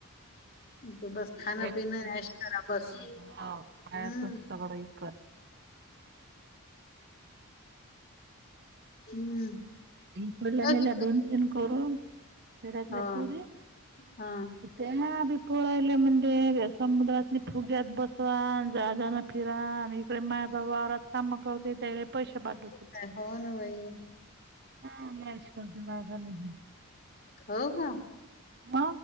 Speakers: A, on the left; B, on the right.
A: त बस. खाणं
B: <unintelligible>
A: पिणं ऐश करा बस
B: हो खायाचाच
A: हम्म
B: सगळं विकत.
A: हम्म.
B: इकडल्या
A: बस.
B: नेल्यात दोन तीन करून. खेड्यातल्या
A: हा
B: पोरी
A: हा
B: कुठे ह्या बित. पोरायला म्हणले रे समुद्रातली फुग्यात बसवा जा जाण फिरा आणि आपले मायाबाबा वावरात काम करते त्याले पैसे पाठवतील.
A: काय हो ना भाई.
B: हा मॅश कोणती मायगा नही.
A: हो का?
B: म